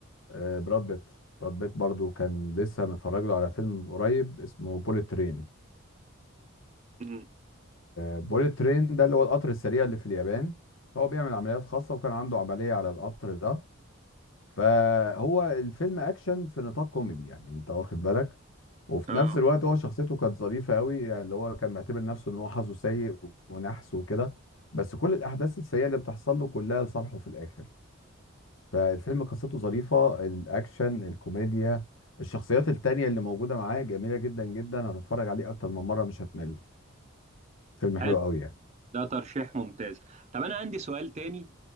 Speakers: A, on the left; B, on the right.
A: آه، براد بيت براد بيت برضه كان لسه متفرج له على فيلم من قريب اسمه بوليت ترين
B: امم
A: بوليت ترين ده اللي هو القطر السريع اللي في اليابان هو بيعمل عمليات خاصة وكان عنده عملية على القطر ده فهو الفيلم اكشن في نطاق كوميدي يعني انت واخد بالك وفي
B: اه
A: نفس الوقت هو شخصيته كانت ظريفه قوي يعني اللي هو كان معتبر نفسه ان هو حظه سيء ونحس وكده بس كل الاحداث السيئه اللي بتحصل له كلها لصالحه في الاخر فالفيلم قصته ظريفه الاكشن الكوميديا الشخصيات التانية اللي موجوده معاه جميله جدا جدا هتتفرج عليه اكتر من مره مش هتمل فيلم حلو
B: حلو
A: قوي يعني
B: ده ترشيح ممتاز طب انا عندي سؤال تاني